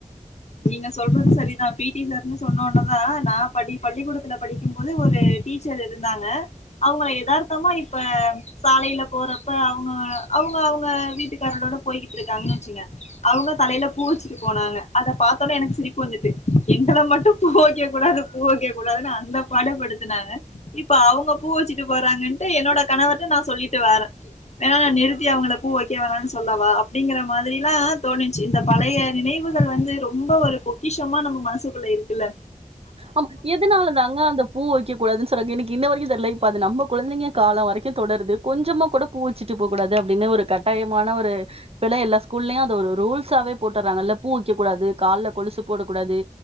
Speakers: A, on the left (about 55°); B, on the right (about 45°).
A: நீங்க செல்றது சரிதா பி டி சார்ன்னு சொன்ன ஒடன தா நா படி பள்ளிக்கூடத்துல படிக்கும் போது ஒரு டீச்சர் இருந்தாங்க அவங்கள எதார்த்தமா இப்ப சாலைல போறப்ப அவங்க அவங்க அவங்க வீட்டுக்காரோட போய்கிட்டு இருக்காங்கன்னு வச்சுங்க அவங்க தலையில பூ வச்சுட்டு போனாங்க அத பா பாத‌ ஒனே எனக்கு சிரிப்பு வந்துட்டு எங்கள மட்டு பூ கூடது பூ வைக்க கூடாதுன்னு அந்த பாட படுத்துனாங்க இப்ப அவங்க பூ வச்சுட்டு போறாங்கன்ட்டு என்னோட கணவர்ட நா சொல்லிட்டு வாரே வேன்னா நிறுத்தி அவங்கள பூ வைக்க வேன்னனு சொல்லவா அப்டிங்கிற மாதிரிலா தோணுச்சு இந்த பழைய நினைவுகள் வந்து ரொம்ப ஒரு பொக்கிஷமா நம்ம மனசுக்குள்ள இருக்குல
B: ஆமா எதனால தான்ங்க அந்த பூ வைக்கக் கூடாதுன்னு சொல்றாங்க எனக்கு இன்ன வரைக்கு இல்ல இப்ப அது நம்ம கொழந்தைங்க கால வரைக்கு தொடருது கொஞ்சமா கூட பூ வச்சுட்டு போ கூடாது அப்டின்னு ஒரு கட்டாயமான ஒரு இப்பெல்லா எல்லா ஸ்கூல்லயு அது ஒரு ரூல்ஸாவே போட்டுறாங்கல்ல பூ வெக்க கூடாது கால்ல கொலுசு போட கூடாது